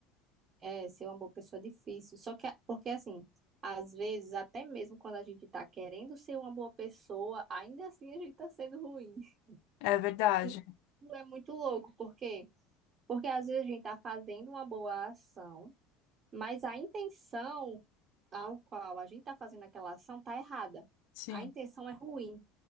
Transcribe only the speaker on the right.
É, ser uma boa pessoa é difícil. Só que, a- porque assim, às vezes, até mesmo quando a gente tá querendo ser uma boa pessoa, ainda assim a gente tá sendo ruim. <laughs>
E isso é muito louco, por quê? Porque às vezes a gente tá fazendo uma boa ação, mas a intenção ao qual a gente está fazendo aquela ação está errada.
A intenção é ruim.